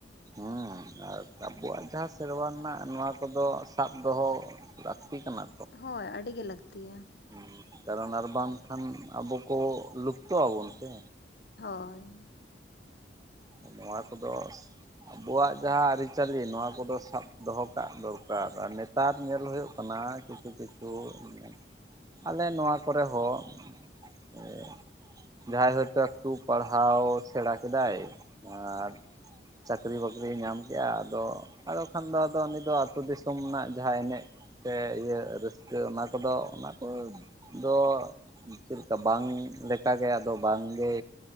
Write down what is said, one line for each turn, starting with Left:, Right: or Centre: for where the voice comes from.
Right: ᱦᱩᱸ ᱟᱨ ᱟᱵᱚᱣᱟᱜ ᱡᱟᱦᱟᱸ ᱥᱮᱨᱣᱟ ᱨᱮᱱᱟᱜ ᱱᱚᱣᱟ ᱠᱚᱫᱚ ᱥᱟᱵ ᱫᱚᱦᱚᱼᱼ ᱞᱟᱠᱛᱤ ᱠᱟᱱᱟ᱾
Left: ᱦᱚᱭ ᱟᱰᱤ ᱜᱮ ᱞᱟᱹᱠᱛᱤᱭᱟ᱾
Right: ᱦᱮᱸ ᱠᱟᱨᱚᱱ ᱟᱨ ᱵᱟᱝᱠᱷᱟᱱ ᱟᱵᱚ ᱠᱚ ᱞᱩᱯᱛᱚᱜ ᱟᱵᱚᱱ ᱥᱮ᱾
Left: ᱦᱚᱭ᱾
Right: ᱛᱚ ᱱᱚᱣᱟ ᱠᱚᱫᱚᱥ ᱟᱵᱚᱣᱟᱜ ᱡᱟᱦᱟᱸ ᱟᱨᱤ ᱪᱟᱹᱞᱤ ᱱᱚᱣᱟ ᱠᱚᱫᱚ ᱥᱟᱵᱼᱼ ᱫᱚᱦᱚ ᱠᱟᱜ ᱫᱚᱨᱠᱟᱨ ᱟᱨ ᱱᱮᱛᱟᱨ ᱧᱮᱞ ᱦᱩᱭᱩᱜ ᱠᱟᱱᱟ ᱠᱤᱪᱷᱩ ᱠᱤᱪᱷᱩ ᱢᱟᱱᱮᱼᱼ ᱟᱞᱮ ᱱᱚᱣᱟ ᱠᱚᱨᱮ ᱦᱚᱸᱼᱼ ᱮᱫ ᱡᱟᱦᱟᱸᱭ ᱦᱚᱭᱛᱳ ᱮᱠᱴᱩ ᱯᱟᱲᱦᱟᱣ ᱥᱮᱬᱟ ᱠᱮᱫᱟᱭ ᱟᱨ ᱪᱟᱠᱨᱤ ᱵᱟᱹᱠᱨᱤᱭ ᱧᱟᱢ ᱠᱮᱜᱼᱟ ᱟᱫᱚᱼᱼ ᱟᱫᱚ ᱠᱷᱟᱱ ᱫᱚ ᱟᱫᱚ ᱩᱱᱤ ᱫᱚ ᱟᱹᱛᱩᱳ ᱫᱤᱥᱚᱢ ᱨᱮᱱᱟᱜ ᱡᱟᱦᱟᱸ ᱮᱱᱮᱡ ᱥᱮ ᱤᱭᱟᱹ ᱨᱟᱹᱥᱠᱟᱹ ᱚᱱᱟ ᱠᱚᱫᱚ ᱚᱱᱟ ᱠᱚᱫᱚ, ᱪᱮᱫ ᱞᱮᱠᱟ ᱵᱟᱝ ᱞᱮᱠᱟᱜ ᱜᱮ ᱟᱫᱚ ᱵᱟᱝᱜᱮ